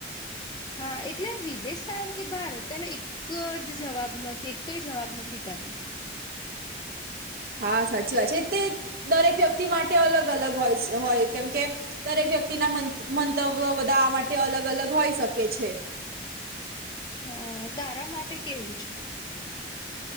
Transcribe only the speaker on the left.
હા એટલે વિદેશ સારું કે ભારત તેને એ ક જ જવાબ નથી એકઈ જવાબ નથી તારો.
હા તારા માટે કેવું છે.